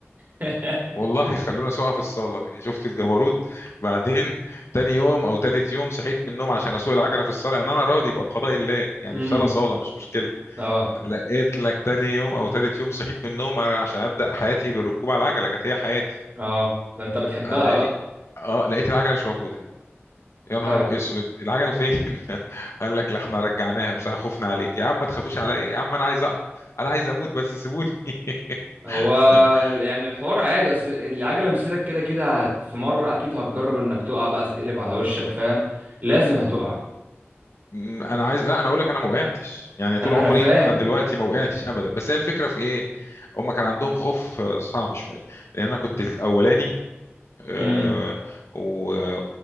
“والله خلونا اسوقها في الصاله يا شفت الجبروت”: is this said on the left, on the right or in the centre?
Left